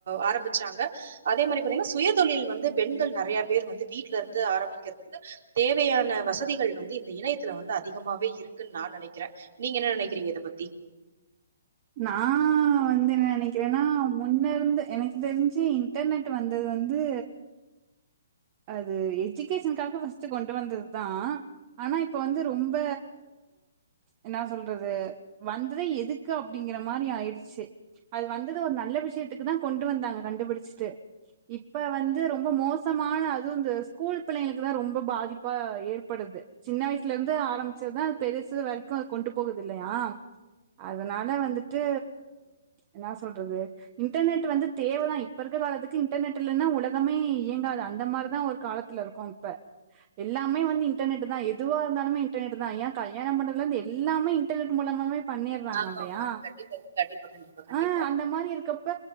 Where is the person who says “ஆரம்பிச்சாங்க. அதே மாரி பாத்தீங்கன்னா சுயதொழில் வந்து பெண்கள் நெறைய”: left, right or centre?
Right